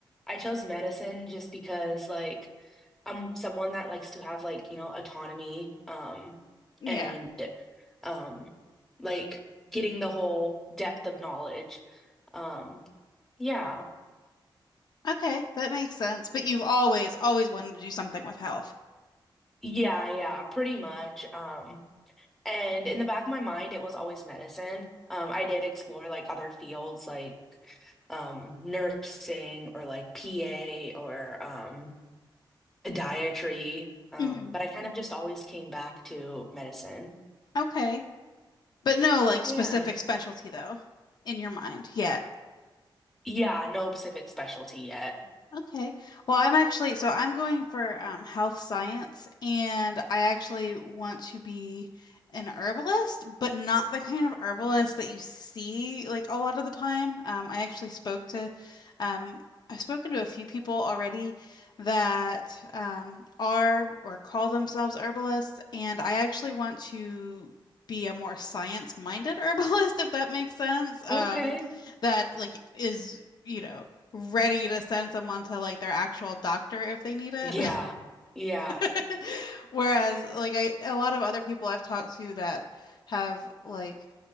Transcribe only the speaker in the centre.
I chose medicine just because, like, I'm someone that likes to have, like, you know, autonomy, um,
and, um, like getting the whole depth of knowledge. Um, yeah,
yeah, yeah, pretty much. Um, and in the back of my mind, it was always medicine. Um, I did explore like other fields, like, um, nursing or like PA or, um. dietary, um,
but I kind of just always came back to medicine.
Yeah.
Yeah, no specific specialty yet.
Okay.
Yeah. Yeah.